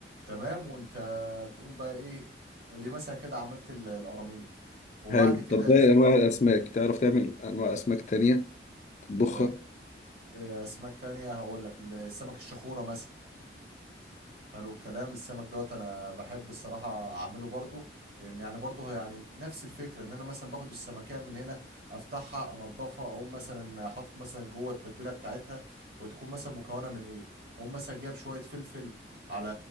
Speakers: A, on the right; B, on the left.
A: تمام وانت تقوم بقى ايه دي مثلا كده عملت ال- القراميط وبعد
B: حلو
A: كده
B: طب باقي
A: يا زميلي
B: أنواع الأسماك تعرف تعمل أنواع أسماك تانية تطبخها
A: آه، آه، اسماك تانية هقول لك السمك الشخورة مثلا حلو الكلام السمك دوت انا بحب الصراحه اعمله برضو لان يعني برضو هو يعني نفس الفكره ان انا مثلا باخد السمكيه من هنا افتحها انضفها اقوم مثلا حاطط مثلا جوه التتبيله بتاعتها وتكون مثلا مكونه من ايه اقوم مثلا جايب شويه فلفل على